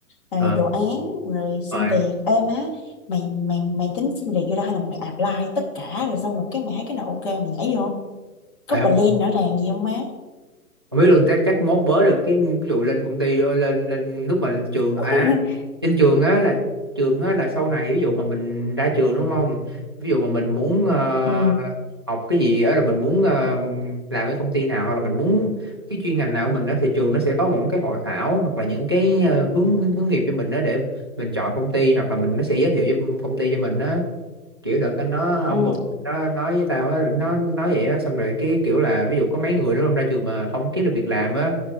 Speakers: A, on the left (about 35°); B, on the right (about 20°).
A: rồi
B: ờ
A: đồ án rồi
B: đúng
A: xin
B: rồi
A: việc ê má mày mày mày tính xin việc vô đó hay là mày apply tất cả rồi xong rồi cái mày thấy cái nào ok mày nhảy vô có
B: Ê,
A: plan rõ ràng gì không má
B: không biết luôn chắc chắc mốt bớ được cái ví dụ lên công ty ờ, lên lên lúc mà lên trường
A: <laughs>
B: à trên trường á là trường á là sau này ví dụ mà mình ra trường đúng không ví dụ mà mình muốn ờ,
A: ừ
B: học cái gì á là mình muốn ờ, làm cái công ty nào hoặc là mình muốn cái chuyên ngành nào của mình đó thì trường nó sẽ có một cái hội thảo hoặc là những cái ờ, hướng hướng nghiệp cho mình đó để mình chọn công ty hoặc là mình nó sẽ giới thiệu cho công ty cho mình đó kiểu đợt anh nó ông
A: ừ
B: bực nó nói với tao á nó nói vậy á xong rồi cái kiểu là ví dụ có mấy người đúng không ra trường mà không kiếm được việc làm á